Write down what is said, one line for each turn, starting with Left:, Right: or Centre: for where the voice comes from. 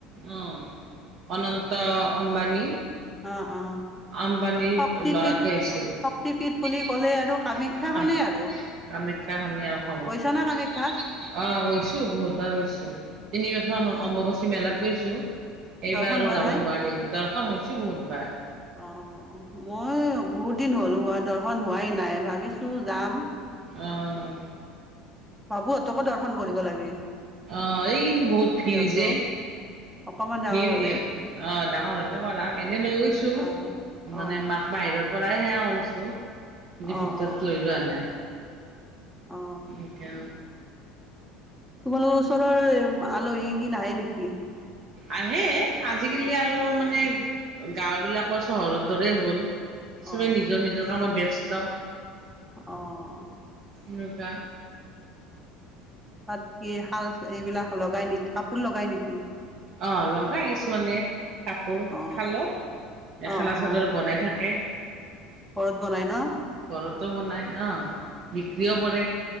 Right: অ অনন্ত ত অম্বানী
Centre: অ অ
Right: আম্বানীৰ
Centre: শক্তিপীঠ
Right: লৰাটো আহছিল
Centre: এ শক্তিপীঠ বুলি
Right: কামাখ্যাখনিৰ
Centre: ক'লে আৰু কামাখ্যাখনেই আৰু
Right: আৰু অসমত
Centre: গৈছা না কামাখ্যাত
Right: আহ গৈছো বহুতবাৰ হৈছো তিন বছৰ হল
Centre: অ
Right: অম্বুবচী মেলাত গজু এইবাৰ
Centre: দৰ্শন
Right: আৰু
Centre: হোৱা
Right: যাব
Centre: নাই
Right: নোৱাৰিল দৰ খন হৈছো বহুতবাৰ
Centre: অ মই বহুত দিন হ'ল হোৱা দৰ্শন হোৱাই নাই ভাবিছো চু যাম
Right: অঁ
Centre: বাবুহঁতকো দৰ্শন কৰিব লাগে
Right: আহ এই কিন্তু বহুত ফিৰ
Centre: সিহঁত
Right: যে
Centre: অকমান ডাঙৰ
Right: ফিৰ
Centre: হলে
Right: আহ ডাঙৰ হ'লে <unintelligible> লৈ গৈছো
Centre: আহ অ
Right: মানে মাক বাহিৰৰ পৰ প্ৰায় সেয়া কৰিছোঁ। যে
Centre: অ
Right: ভিতৰত
Centre: অ
Right: লৈ যোৱা নাই।
Centre: অ
Right: এনেকা
Centre: তোমালোকৰ ওচৰৰ আলহী কি নাহে নেকি?
Right: আহে আজিকালি আৰু মানে গাঁওবিলাকৰ চহৰৰ দৰে হ'ল। চবে
Centre: অ
Right: নিজৰ নিজৰ কামত ব্যস্ত ত।
Centre: অ'।
Right: মূগা।
Centre: তাত কি শাল এইবিলাক লগাই নেকি কাপোৰ লগাই নেকি
Right: অ', লগাই কিছুমানমানে কাপোৰ
Centre: অ
Right: শালত, মেখেলা
Centre: অ অ
Right: চাদৰ বনাই থাকে,
Centre: ঘৰত বনাই ন
Right: ঘৰত ত' বনাই অ'। বিক্ৰীও
Centre: অ
Right: কৰে